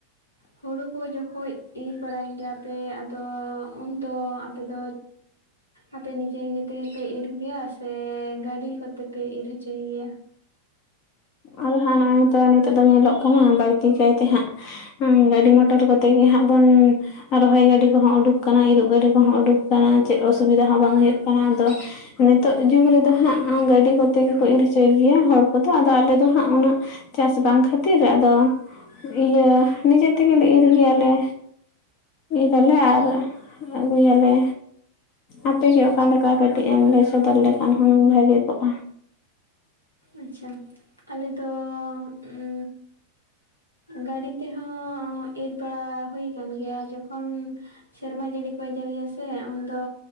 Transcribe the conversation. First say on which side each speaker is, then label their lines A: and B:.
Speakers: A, on the left; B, on the left.
A: ᱦᱩᱲᱩ ᱠᱚ ᱡᱚᱠᱷᱚᱡ ᱤᱨ ᱵᱟᱲᱟᱭ ᱜᱮᱭᱟ ᱯᱮ ᱟᱫᱚ ᱩᱱᱫᱚ ᱟᱯᱮ ᱫᱚ ᱟᱯᱮ ᱱᱤᱡᱮ ᱱᱤᱡᱮ ᱛᱮ ᱜᱮ ᱯᱮ ᱤᱨ ᱜᱮᱭᱟ ᱥᱮ ᱜᱟᱹᱰᱤ ᱠᱚᱛᱮ ᱯᱮ ᱤᱨ ᱦᱚᱪᱚᱭ ᱜᱮᱭᱟ
B: ᱟᱫᱚ ᱦᱟᱸᱜ ᱱᱚᱜᱼᱚᱭ ᱛᱚ ᱱᱤᱛᱳᱜ ᱫᱚ ᱧᱮᱞᱚᱜ ᱠᱟᱱᱟ ᱵᱟᱹᱲᱛᱤ ᱠᱟᱭ ᱛᱮ ᱦᱟᱸᱜ ᱜᱟᱹᱰᱤ ᱢᱚᱴᱚᱨ ᱠᱚᱛᱮ ᱜᱮ ᱦᱟᱸᱜ ᱵᱚᱱ ᱨᱚᱦᱚᱭ ᱜᱟᱹᱰᱤ ᱠᱚᱦᱚᱸ ᱩᱰᱩᱠ ᱟᱠᱟᱱᱟ ᱤᱨᱚᱜ ᱜᱟᱹᱰᱤ ᱠᱚᱦᱚᱸ ᱩᱰᱩᱠ ᱟᱠᱟᱱᱟ ᱪᱮᱫ ᱚᱥᱩᱵᱤᱫᱟ ᱦᱚᱸ ᱵᱟᱝ ᱦᱩᱭᱩᱜ ᱠᱟᱱᱟ ᱟᱫᱚ᱾ ᱱᱤᱛᱚᱜ ᱡᱩᱜᱽ ᱨᱮᱫᱚ ᱦᱟᱸᱜ ᱜᱟᱹᱰᱤ ᱠᱚᱛᱮ ᱜᱮᱠᱚ ᱤᱨ ᱚᱪᱚᱭ ᱜᱮᱭᱟ ᱦᱚᱲ ᱠᱚᱫᱚ ᱟᱫᱚ ᱟᱞᱮ ᱦᱟᱸᱜ ᱩᱱᱟᱹᱜ ᱪᱟᱥ ᱵᱟᱝ ᱠᱷᱟᱹᱛᱤᱨ ᱟᱫᱚ ᱤᱭᱟᱹ ᱱᱤᱡᱮ ᱛᱮᱜᱮ ᱞᱮ ᱤᱨ ᱦᱩᱭ ᱟᱞᱮ ᱫᱟᱞᱮ
A: ᱟᱪᱪᱷᱟ
B: ᱟᱨ ᱟᱹᱜᱩᱭᱟᱞᱮ ᱟᱯᱮ ᱜᱮ
A: ᱟᱪᱪᱷᱟ
B: ᱚᱠᱟᱞᱮ ᱠᱟᱹᱴᱤᱡ ᱮᱢ ᱞᱟᱹᱭ ᱥᱚᱫᱚᱨ ᱞᱮᱠᱷᱟᱱ ᱦᱩᱱᱟᱹᱝ ᱵᱷᱟᱹᱜᱮ ᱠᱚᱜᱼᱟ
A: ᱟᱪᱷᱟ ᱟᱞᱮ ᱫᱚ ᱩᱸ ᱜᱟᱹᱰᱤ ᱛᱮ ᱦᱚᱸ ᱮᱨ ᱵᱟᱲᱟ ᱦᱩᱭ ᱠᱟᱱ ᱜᱮᱭᱟ ᱡᱚᱠᱷᱚᱱ ᱥᱮᱨᱢᱟ ᱡᱟᱹᱲᱤ ᱠᱚᱭ ᱡᱟᱹᱲᱤᱭᱟ ᱥᱮ ᱩᱱᱫᱚ